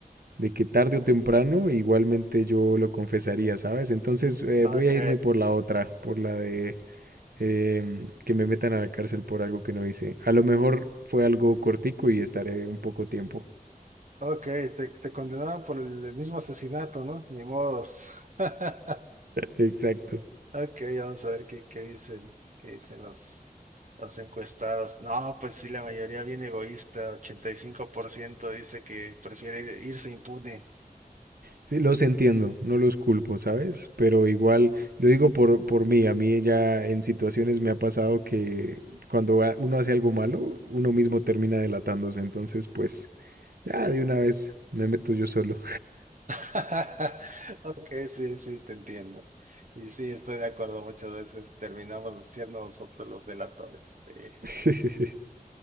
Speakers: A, on the right; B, on the right.
A: de que tarde o temprano igualmente yo lo confesaría, ¿sabes? Entonces eh,
B: Ok,
A: voy a irme por la otra, por la de em, que me metan a la cárcel por algo que no hice. A lo mejor fue algo cortico y estaré un poco tiempo.
B: ok, te, te condenaron por el el mismo asesinato, ¿no? Ni modos. <laughs>
A: <laughs> Exacto.
B: Ok, vamos a ver qué, qué dicen, qué dicen los, los encuestados. No, pues sí, la mayoría bien egoísta, 85% dice que prefiere ir- irse impune.
A: Sí, los entiendo, no los culpo, ¿sabes? Pero igual, lo digo por, por mí, a mí ya en situaciones me ha pasado que cuando a- uno hace algo malo, uno mismo termina delatándose, entonces pues ya de una vez me meto yo solo.
B: <laughs> Ok, sí, sí, te entiendo. Y sí, estoy de acuerdo, muchas veces terminamos siendo nosotros los delatores. Eh, Eso
A: <laughs>
B: sí.